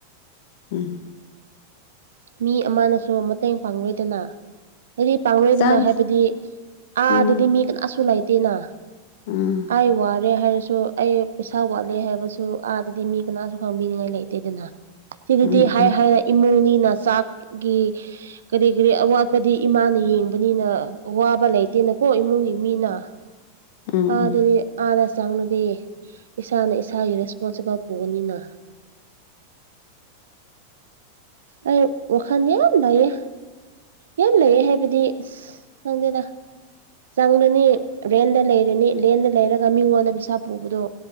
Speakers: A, on the left; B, on the right.
A: ꯎꯝ
B: ꯃꯤ ꯑꯃꯅꯁꯨ ꯃꯇꯦꯡ ꯄꯥꯡꯂꯣꯏꯗꯅ ꯍꯥꯏꯗꯤ ꯄꯥꯡꯂꯣꯏꯗꯨꯅ
A: ꯆꯪ
B: ꯍꯥꯏꯕꯗꯤ ꯑꯥꯗꯗꯤ
A: ꯎꯝ
B: ꯃꯤ ꯀꯅꯥꯁꯨ ꯂꯩꯇꯦꯅ
A: ꯎꯝ
B: ꯑꯩ ꯋꯥꯔꯦ ꯍꯥꯏꯔꯁꯨ ꯑꯩ ꯄꯩꯁꯥ ꯋꯥꯠꯂꯦ ꯍꯥꯏꯕꯁꯨ ꯑꯥꯗꯗꯤ ꯃꯤ ꯀꯅꯥꯁꯨ ꯈꯪꯕꯤꯅꯤꯉꯥꯏ ꯂꯩꯇꯦꯗꯅ ꯁꯤꯗꯨꯗꯤ
A: ꯎꯝ
B: ꯍꯥꯏ ꯍꯥꯏꯔ ꯏꯃꯨꯡꯅꯤꯅ ꯆꯥꯛꯒꯤ ꯀꯔꯤ ꯀꯔꯤ ꯑꯋꯥꯠꯄꯗꯤ ꯏꯃꯥꯅ ꯌꯦꯡꯕꯅꯤꯅ ꯑꯋꯥꯕ ꯂꯩꯇꯦꯅꯀꯣ ꯏꯃꯨꯡꯒꯤ ꯃꯤꯅ
A: ꯎꯝ ꯎꯝ
B: ꯑꯗꯗꯤ
A: ꯎꯝ
B: ꯑꯥꯗ ꯆꯪꯂꯗꯤ ꯏꯁꯥꯅ ꯏꯁꯥꯒꯤ ꯔꯦꯁꯄꯣꯟꯁꯤꯕꯜ ꯄꯨꯒꯅꯤꯅ ꯑꯩ ꯋꯥꯈꯟ ꯂꯩꯥꯌꯦ ꯌꯥꯝ ꯂꯩꯌꯦ ꯍꯥꯏꯕꯗꯤ ꯑꯁ ꯈꯪꯗꯦꯗ ꯆꯪꯂꯅꯤ ꯔꯦꯟꯗ ꯂꯩꯔꯅꯤ ꯂꯦꯟꯗ ꯂꯩꯔꯒ ꯃꯤꯉꯣꯟꯗ ꯄꯩꯁꯥ ꯄꯨꯕꯗꯣ